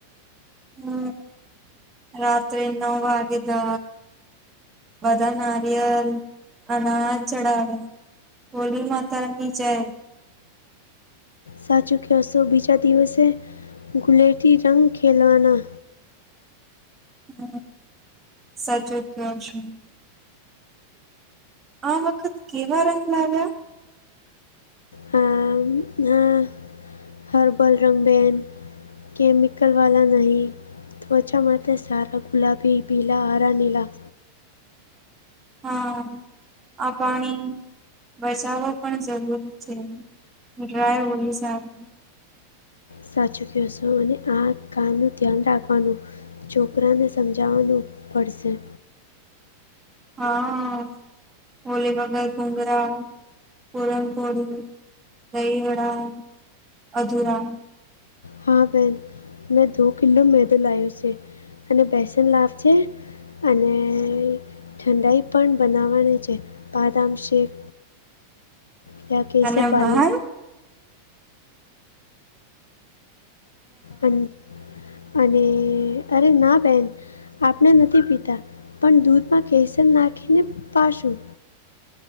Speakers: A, on the right (about 20°); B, on the left (about 70°).
A: હમ રાત્રે નવ વાગે તો... બધા નાારીયેલ અનાજ ચડાવે. હોલી માતા ની જય.
B: સાચું કયોશો બીજા દિવસે ગુલેલથી રંગ ખેલવાના.
A: હમ સાચું કેવો છો. આ વખત કેવા રંગ લાવ્યા?
B: હામ હા... હર્બલ રંગ બેન કેમિકલ વાળા નહીં. ત્વચા માટે સારા ગુલાબી, પીલા, હરા, નીલા.
A: હા. આ પાણી.... બચાવો પણ જરૂરી છે. ડ્રાય હોલી સારી.
B: સાચું ક્યોસો અને આંખ કાન નું ધ્યાન રાખવાનું છોકરાને... સમજાવાનું પડશે.
A: હા <unintelligible> પુરણપોળી, દહીવડા, અઝૂરા...
B: હા બેન મેં દો કિલો મેદો લાયોસે અને બેસન લાવ જે... અને ઠંડાઈ પણ બનાવવાની છે. બાદામ શેક... કયા કેસર
A: અને
B: બાલી...
A: ભાન
B: અને અને અરે ના બેન. આપણે નથી પીતા પણ દુધ માં કેસર નાખીને પાશું.